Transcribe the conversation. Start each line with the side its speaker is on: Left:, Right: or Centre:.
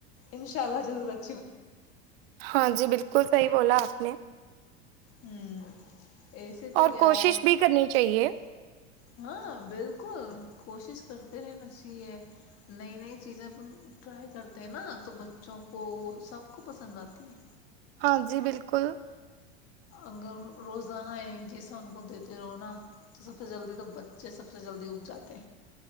Left: ان شاء اللہ ضرورت
Right: ہاں جی بالکل صحیح بولا آپ <inaudible>
Left: ہوں ایسے تو
Right: اور
Left: کیا
Right: کوشش
Left: ہے
Right: بھی کرنی چاہیے
Left: ہاں بالکل بالکل کوشش کرتے رہ نچیے نئی نئی چیزیں ٹرائی کرتے ہیں نا تو بچوں کو سب کو پسند آتی ہے
Right: ہاں جی بالکل
Left: اگر روزانہ ایک جیسا ان کو دیتے رونا تو سب سے جلدی تو بچے سب سے جلدی اگ جاتے